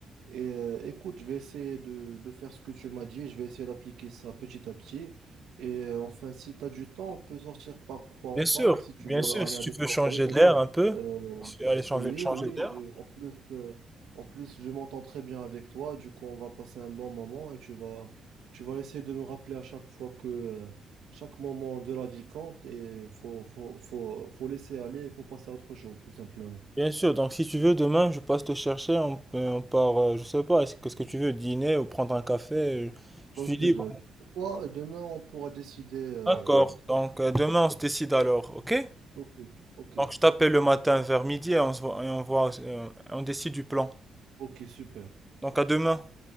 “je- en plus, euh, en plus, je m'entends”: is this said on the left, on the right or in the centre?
Right